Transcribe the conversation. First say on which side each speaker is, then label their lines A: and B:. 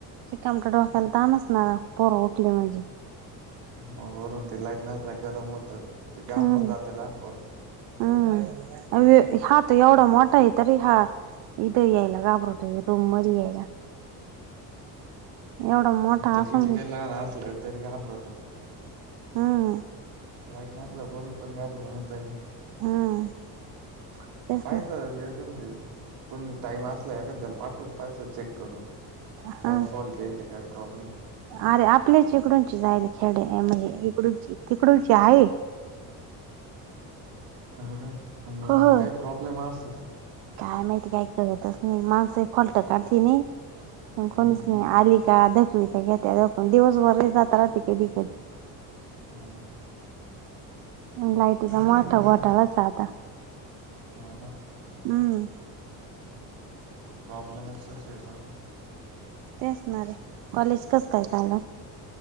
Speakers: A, on the right; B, on the right.
A: कमटटकाायला तानचणार पोरं उठली म्हणजे.
B: मग वरून ते लाईट नसल्या गरम होत ते घाबरून
A: हम्म
B: जाते लहानपोर.
A: हम्म हा त एवढा मोठा आहे तरी हा इथ यायला घाबरत. रुमर आहे का. एवढा मोठा
B: आता
A: असून
B: किती काही लहान असलं तरी घाबरत.
A: हम्म.
B: लाईट नाचला कोणी पण घाबरवूनच जाईल. <inaudible>
A: हम्म
B: ते
A: तेच
B: पाहतण
A: ना
B: ते. को टाइम असला एखांद्याला पाठवून पाहिच चेक करून
A: हा
B: काय फॉल्ट येईल काय प्रॉब्लेम
A: अरे आपल्याच इकडूंची जाल खेडे म्हणजे इकडूची तिकडूची आहे.
B: ह का
A: हो
B: म
A: हो
B: काही प्रॉब्लेम असत.
A: काय माहिती काय करतच नाही माणस फलट काढते नाही. कोणीच
B: हम्म
A: नाही
B: हम्म
A: आली का? सुविधा घ्या त्या पण दिवसभर जातााती कधी
B: हा हा
A: लाईटचा मोठा घोटलाच आता
B: हो ना
A: हम्म
B: तर प्रॉब्लेमच शचा
A: ते असणारे कॉलेज कस काय झालं